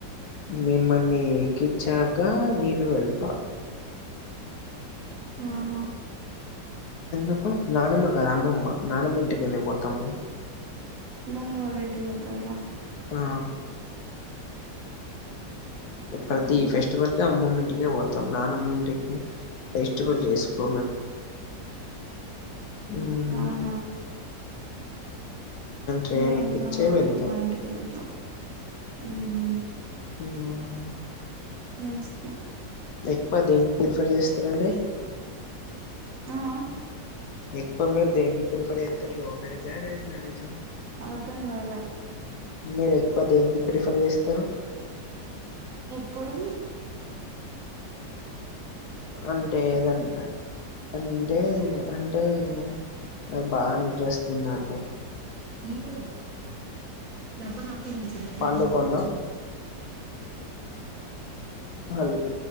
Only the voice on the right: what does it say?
ఆహా
మమ్మ్ ఆరు గంటకి గతార
అవును
అవునా
మేము
మా ఇంటికి వెళతాం ఆహ
మంచి
ఆ
అర్థం కాల
ఏప్పుడు
మీర డబ్బా నాఫ లేసి డబ్బచ్చ